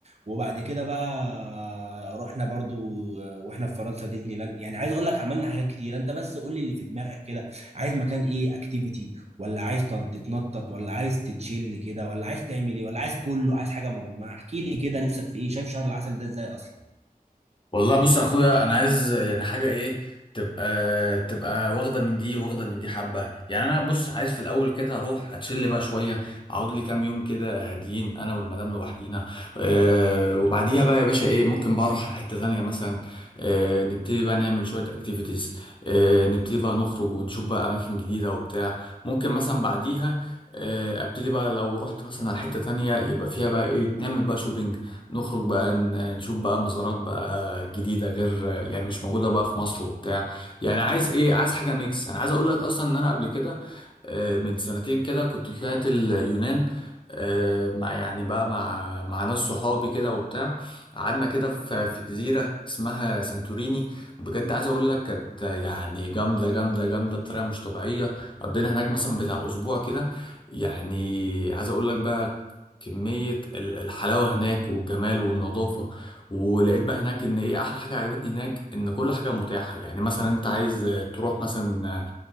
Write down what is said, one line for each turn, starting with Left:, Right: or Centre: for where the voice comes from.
Right: وبعد كده بقى رحنا برضو آه، واحنا في فرنسا ديزني لاند يعني عايز اقول لك عملنا حاجات كتير انت بس قول لي اللي في دماغك كده عايز مكان ايه اكتيفيتي ولا عايز تن- تتنطط ولا عايز تتشيل كده ولا عايز تعمل ايه ولا عايز كله عايز حاجه مجمعه احكي لي كده نفسك في ايه شايف شهر العسل ده ازاي اصلا
Left: والله بص يا اخويا انا عايز يعني حاجه ايه تبقى تبقى واخده من دي واخده من دي حبه يعني انا بص عايز في الاول كده اروح اتشل بقى شويه اقعد لي كام يوم كده هاديين انا والمدام لوحدينا أه وبعديها بقى يا باشا ايه ممكن بقى اروح على حته ثانيه مثلا أه نبتدي بقى نعمل شويه اكتيفيتيز أه نبتدي بقى نخرج ونشوف بقى اماكن جديده وبتاع ممكن مثلا بعديها آه، ابتدي بقى لو رحت مثلا على حته تانية يبقى فيها بقى ايه نعمل بقى شوبينج نخرج بقى ن- نشوف بقى مزارات بقى جديدة غير يعني مش موجودة بقى في مصر وبتاع يعني عايز ايه عايز حاجة ميكس انا عايز اقول لك اصلا ان انا قبل كده آه، من سنتين كده كنت طلعت اليونان آه، مع يعني بقى مع مع ناس صحابي كده وبتاع قعدنا كده في في جزيرة اسمها سانتوريني بجد عايز اقول لك كانت يعني جامدة جامدة جامدة بطريقة مش طبيعية قضينا هناك مثلا بتاع اسبوع كده يعني عايز اقول لك بقى كمية ال- الحلاوة هناك والجمال والنظافة ولقيت بقى هناك ان ايه احلى حاجة عجبتني هناك ان كل حاجة متاحة يعني مثلا انت عايز آه، تروح مثلا آه،